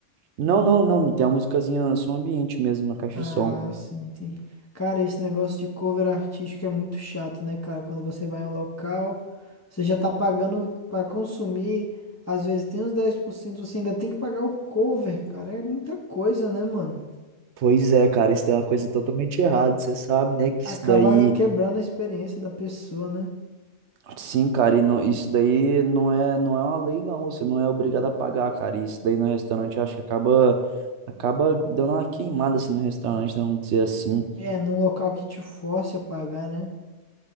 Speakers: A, on the right; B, on the left.
A: Não, não, não, tem uma musicazinha som ambiente mesmo na caixa
B: Ah,
A: de som.
B: sim, entendi. Cara, esse negócio de cover artístico é muito chato, né, cara? Quando você vai em um local, você já tá pagando pra consumir, às vezes tem uns 10%. você ainda tem que pagar o cover, cara. É muita coisa, né, mano?
A: Pois é, cara, isso daí é uma coisa totalmente errada. Você sabe, né, que
B: Acaba
A: isso daí
B: quebrando a experiência da pessoa, né?
A: Sim, cara, e não- isso daí não é, não é uma lei, não. Você não é obrigado a pagar, cara. E isso daí no restaurante, eu acho que acaba, acaba dando uma queimada assim no restaurante, vamos dizer assim.
B: É, num local que te force a pagar, né?